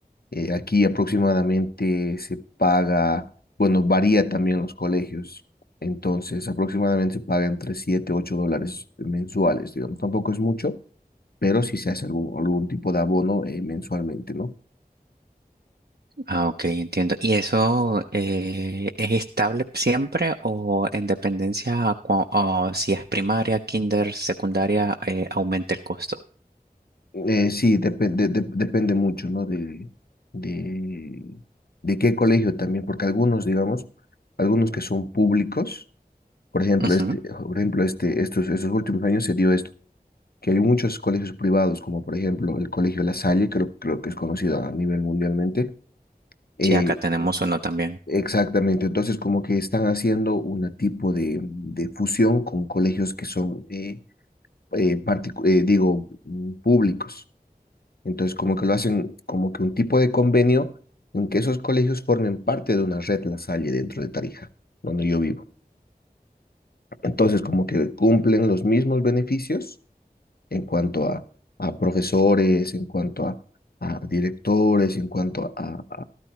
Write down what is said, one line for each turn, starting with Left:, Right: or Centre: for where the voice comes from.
Left: Eh, aquí aproximadamente se paga, bueno, varía también los colegios. Entonces, aproximadamente se paga entre 7 y 8 dólares mensuales, digamos. Tampoco es mucho, pero sí se hace algún, algún tipo de abono eh, mensualmente, ¿no?
Right: Ah, ok, entiendo. ¿Y eso eh, es estable siempre o en dependencia a cua- o si es primaria, kinder, secundaria, eh, aumenta el costo?
Left: Eh, sí, depende, de- depende mucho, ¿no? De, de, de qué colegio también, porque algunos, digamos, algunos que son públicos, por ejemplo,
Right: Ujú.
Left: este, por ejemplo, este, estos, estos últimos años se dio esto. que hay muchos colegios privados, como por ejemplo el Colegio La Salle, creo, creo que es conocido a nivel mundialmente. eh,
Right: Sí, acá tenemos uno también.
Left: exactamente, entonces como que están haciendo una tipo de, de fusión con colegios que son, eh, eh, particu- eh, digo, mm, públicos. Entonces como que lo hacen como que un tipo de convenio en que esos colegios formen parte de una red La Salle dentro de Tarija, donde yo vivo. Entonces como que cumplen los mismos beneficios en cuanto a, a profesores, en cuanto a, a directores, en cuanto a,